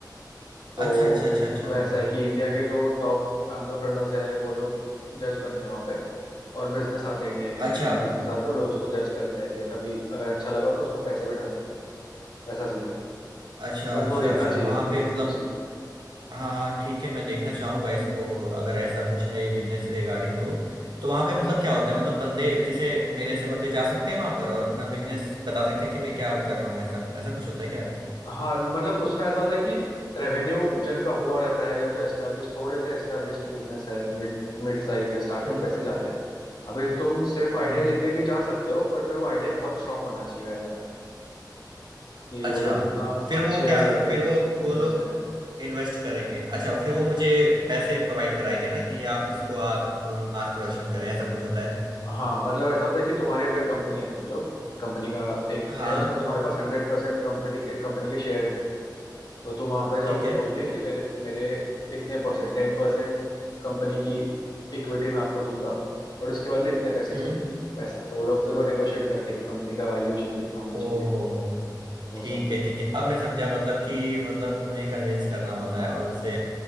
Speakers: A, on the left; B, on the right.
A: तो
B: अच्छा अच्छा अच्छा अच्छा
A: वैसा है कि इंडिया के जो टॉप एंटरप्रेन्योर्स है वो लोग जज बनते हैं वहाँ पे और बिजनेस आते हैं इंडिया के नए
B: अच्छा
A: नए बिजनेस आते हैं वो लोग उसको जज करते हैं फिर कभी अगर अच्छा लगा तो उसमें पैसे भी डालते हैं वैसा सीन है
B: अच्छा
A: तो तुमको
B: अच्छा
A: देखना
B: अच्छा
A: चाहिए
B: वहाँ पे मतलब
A: ऑनेस्टली
B: हाँ हाँ ठीक है मैं देखना चाहूंगा इसको अगर ऐसा कुछ है ये बिजनेस से रिगार्डिंग तो तो वहां पे मतलब क्या होता है मतलब बंदे जैसे मेरे से बंदे जा सकते हैं वहां पर और अपना बिजनेस बता सकते हैं कि मैं क्या कर रहा हूँ ऐसा ऐसा कुछ होता है क्या
A: हाँ मतलब उसमें ऐसा होता है कि रेवेन्यू जिनका हुआ रहता है या जो एस्टेब्लिश थोड़े से एस्टेब्लिश बिजनेस है मिड मिड साइज या स्टार्टअप
B: हम्म
A: वैसे जाते हैं अभी तुम सिर्फ आइडिया
B: हम्म हम्म।
A: लेके भी जा सकते हो पर फिर वो आइडिया बहुत स्ट्रांग होना चाहिए वैसा है कि
B: अच्छा
A: वो लोग इतना
B: फिर
A: अच्छे
B: वो क्या
A: आइडिया
B: फिर
A: पे इन्वेस्ट
B: वो वो लोग
A: करें
B: इन्वेस्ट करेंगे अच्छा फिर वो मुझे पैसे प्रोवाइड कराएंगे ना कि आप इसको आप मास प्रोडक्शन करें ऐसा कुछ होता है
A: हाँ मतलब ऐसा होता है कि तुम्हारी अगर कंपनी है समझो कंपनी का एक
B: हाँ
A: है उसमें तुम्हारे पास हंड्रेड परसेंट कंपनी के कंपनी के शेयर्स तो तुम वहां पे जाओगे
B: ठीक है
A: बोल के कि मेरे मेरे इतने परसेंट टेन परसेंट कंपनी की इक्विटी मैं आपको दूंगा बट उसके बदले इतने पैसे चाहिए
B: हम्म
A: वैसा तो वो लोग फिर वो नेगोशिएट करते हैं कि कंपनी का वैल्यूएशन कितना होना
B: ओहो
A: चाहिए वो
B: ठीक
A: सब
B: है ठीक है अब मैं समझा मतलब कि मतलब उन्हें कन्विंस करना होता है और उनसे